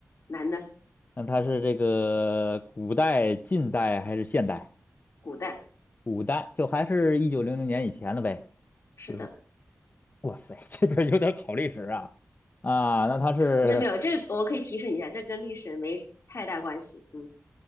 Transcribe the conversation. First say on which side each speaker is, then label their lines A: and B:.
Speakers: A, on the left; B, on the left.
A: 难的，
B: 那他是这个古代、近代还是现代？
A: 古代，
B: 古代就还是一九零零年以前的呗。
A: 是的，
B: 就是，哇塞，<laughs> 这个有点考历史啊。啊，那他是
A: 没有没有，这个我可以提示你一下，这跟历史没太大关系。嗯，